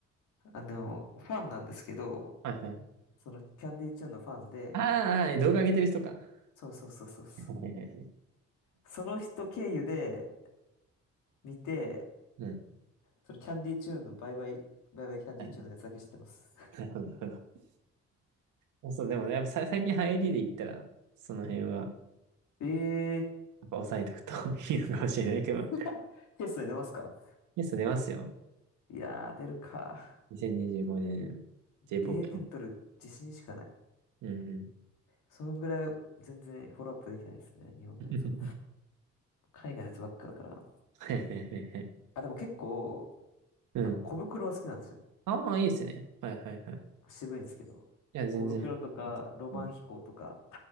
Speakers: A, on the left (about 80°); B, on the right (about 80°).
A: あの、ファンなんですけど、
B: はいはい。
A: その、キャンディーちゃんのファンで、
B: ああ、ああ動画上げてる人か。
A: そうそうそうそうそう。
B: <laughs> はいはいはい
A: その人経由で見て、
B: うん。
A: そのキャンディーチューンのバイバイ、バイバイキャンディーチューンのやつだけ知ってます。
B: なるほど、なるほど。そう、でも、やっぱさ最近流行りで言ったら、その辺は、やっ
A: <laughs> えー、
B: ぱ抑えとくと <laughs> いいのかもしれないけど、
A: <laughs> テストに出ますか
B: ゲスト出ますよ。
A: いやー、出るか。
B: 2025年、j
A: 0点取る自信しかない。
B: ポ o p うん。
A: そのぐらい全然フォローアップできないですね、日本のやつは。
B: <laughs>
A: 海外のやつばっかだから。
B: はいはいはいはい。
A: あ、でも結構、
B: <laughs> うん。
A: あの、小袋は好きなんですよ。
B: ああ、いいですね。はいはいはい。
A: 渋いんですけど。
B: いや、全然。
A: 小袋とか、ロマン飛行とか、
B: お